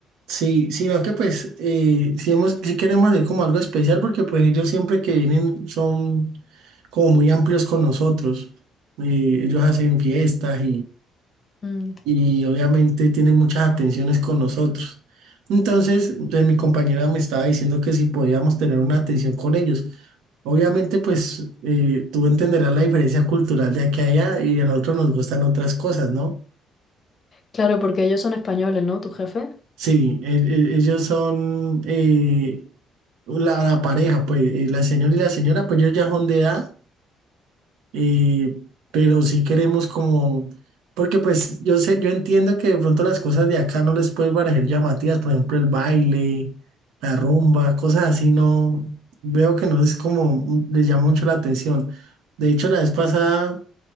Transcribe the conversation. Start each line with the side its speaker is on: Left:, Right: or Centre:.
Right: sí, sino que pues eh, si, hemos, si queremos hacer como algo especial porque pues ellos siempre que vienen son como muy amplios con nosotros. Eh, ellos hacen fiestas
Left: Mm,
Right: y obviamente tiene muchas atenciones con nosotros. Entonces, entonces mi compañera me estaba diciendo que si podíamos tener una atención con ellos. Obviamente, pues eh, tú entenderás la diferencia cultural de aquí a allá y a nosotros nos gustan otras cosas, ¿no?
Left: Claro, porque ellos son españoles, ¿no? ¿Tu jefe?
Right: Sí, e- e- ellos son eh, la, la pareja, pues eh, la señora y la señora, pues ellos ya son de edad Eh, pero si queremos como, porque pues yo sé, yo entiendo que de pronto las cosas de acá no les pueden parecer llamativas, por ejemplo el baile, la rumba, cosas así, no, veo que no es como, mm, les llama mucho la atención. De hecho, la vez pasada